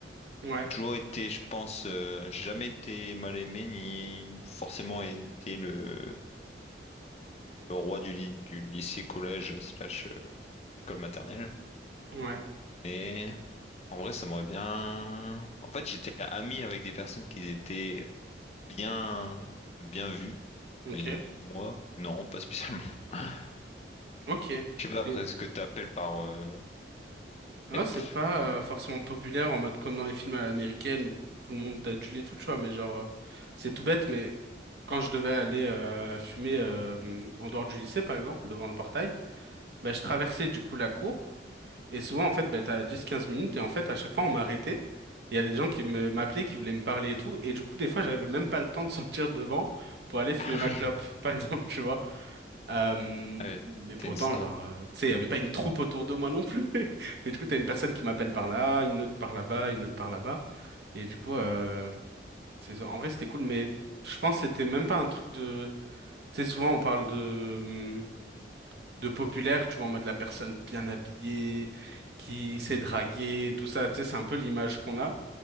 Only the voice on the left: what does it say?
J'ai toujours été, je pense, euh, j'ai jamais été mal aimé ni forcément été le, le roi du, ly- du lycée, collège, slash euh, école maternelle.
Mais en vrai, ça m'aurait bien. En fait, j'étais ami avec des personnes qui étaient bien, bien vu, mais
moi, non, pas spécialement. <laughs>
Je sais pas après
ce que t'appelles par euh,
être.
<laughs>
Ah
oui,
euh,
t'es une star.